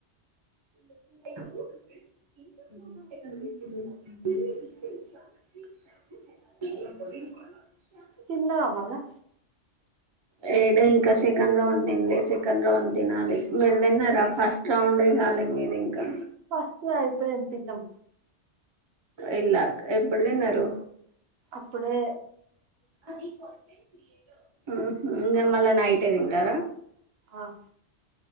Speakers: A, on the right (about 45°); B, on the right (about 65°).
A: <unintelligible>
B: తిన్నావా మల్లా
A: లేదు ఇంక సెకండ్ రౌండ్ తినలే సెకండ్ రౌండ్ తినాలి మీరు తిన్నారా ఫస్ట్ రౌండే కాలె మీది ఇంకా
B: ఫస్ట్ ది ఐపోయింది తినడం
A: ఇలక్ ఎప్పుడు తిన్నరు
B: ఇప్పుడే
A: అవి కొంటె ఊఉ ఇగ మళ్ళ నైటే తింటారా
B: ఆమ్